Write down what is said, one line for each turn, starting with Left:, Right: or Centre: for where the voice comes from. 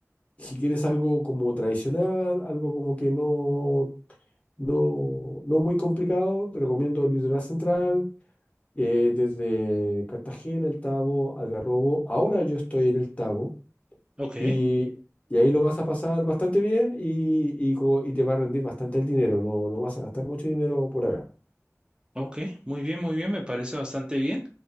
Left: si quieres algo como tradicional, algo como que no, no, no muy complicado, te recomiendo el Litoral Central, eh, desde Cartagena, El Tabo, Algarrobo. Ahora yo estoy en El Tabo
Right: Ok.
Left: y, y ahí lo vas a pasar bastante bien y, y, co- y te va a rendir bastante el dinero, no, no vas a gastar mucho dinero por acá.
Right: Ok, muy bien, muy bien, me parece bastante bien.